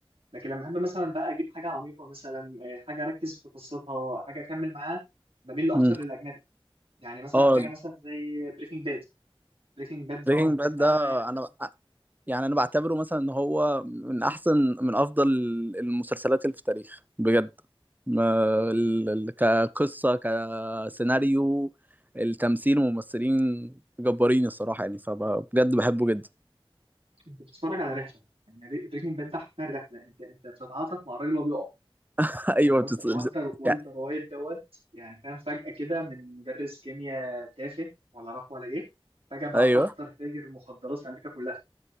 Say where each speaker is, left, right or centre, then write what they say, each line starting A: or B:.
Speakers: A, on the right (about 75°); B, on the right (about 20°).
A: لكن لما احب مثلا بقى اجيب حاجه عميقه مثلا آه، حاجه اركز في قصتها حاجه اكمل معاها بميل اكتر
B: امم
A: للاجنبي يعني مثلا
B: اه
A: حاجه مثلا زي بريكنج باد بريكنج باد دوت
B: بريكنج باد
A: انا
B: ده انا يعني انا بعتبره مثلا ان هو من احسن من افضل المسلسلات اللي في التاريخ بجد ما- ال- ال- كقصه سيناريو التمثيل وممثلين جبارين الصراحه يعني فبجد بحبه جدا
A: انت بتتفرج على رحله يعني بريكنج باد ده حرفيا رحله انت انت بتتعاطف مع الراجل وهو بيقع
B: <laughs>
A: يعني
B: ايوه
A: والتر
B: بتس... بس-
A: والتر والتر
B: يعني
A: وايت دوت يعني فاهم فجأة كده من مدرس كيمياء تافه ولا راح ولا جه فجأة بقى
B: ايوه
A: أخطر تاجر مخدرات في أمريكا كلها